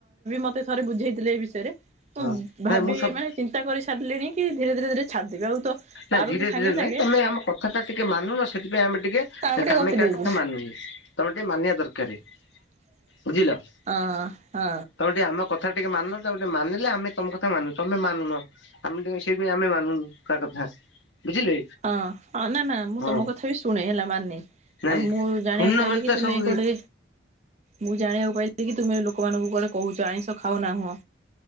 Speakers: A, on the right; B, on the left.
A: ମତେ ଥରେ ବୁଝେଇଥିଲେ ଏ ବିଷୟରେ, ମୁଁ
B: ହଁ।
A: ଭାବି
B: ନାଇଁ ସବୁ
A: ମାନେ ଚିନ୍ତା କରି ଛାଡ଼ିଲେଣି କି ଧୀରେ ଧୀରେ ଛାଡୁଥିବେ ଆଉ ତ
B: ନା
A: ପାରୁନି
B: ଧୀରେ
A: ସାଙ୍ଗେ
B: ଧୀରେ
A: ସାଙ୍ଗେ
B: ନାଇଁ ତମେ ଆମ କଥା ଟା ଟିକେ ମାନୁନ ସେଥିପାଇଁ ଆମେ ଟିକେ
A: ଆମେ
B: କାମେ
A: ଗପି
B: କା
A: ଦଉଛୁ
B: କଥା ମାନୁନୁ। ତମେ ଟିକେ ମାନିବା ଦରକାର।
A: <inaudible>
B: ବୁଝିଲ ତମ
A: ହଁ ହଁ।
B: ଟିକେ ଆମ କଥା ଟିକେ ମାନ ତାକୁ ଟିକେ ମାନିଲେ ଆମେ ତମ କଥା ମାନୁ ତମେ ମାନୁନ ଆମେ ଟିକେ ସେଇଥିପାଇଁ ଆମେ ମାନୁନ କା କଥା। ବୁଝିଲେ
A: ହଁ ହଁ ନା ନା ମୁଁ
B: ହଁ
A: ତମ କଥା ବି ଶୁଣେ ହେଲା ମାନେ।
B: ନାଇଁ।
A: ଆଉ ମୁଁ ଜାଣିବାକୁ
B: ଶୁଣୁନ
A: ପାଇଲିି
B: ବୋଲି
A: କି
B: ତ
A: ତୁମେ
B: ସବୁ
A: କୁଆଡେ ମୁଁ ଜାଣିବାକୁ ପାଇଲି କି ତୁମେ ଲୋକମାନଙ୍କୁ କୁଆଡେ କହୁଚ ଆଇଁଷ ଖାଉ ନାହଁ।